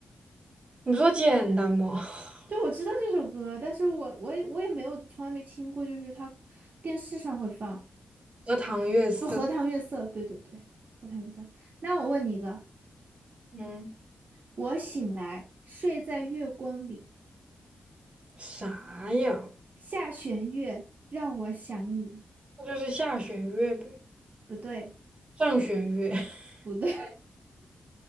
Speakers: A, on the right; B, on the right.
A: 你不说简单吗？<laughs>
B: 就我知道这首歌，但是我我也我也没有从来没听过，就是它电视上会放，
A: 荷塘月色，
B: 就《荷塘月色》，对对对，《荷塘月色》。那我问你一个，
A: 嗯，
B: 我醒来睡在月光里，
A: 啥呀？
B: 下弦月让我想你，
A: 那就是下弦月呗，
B: 不对
A: 上弦月。<laughs>
B: 不对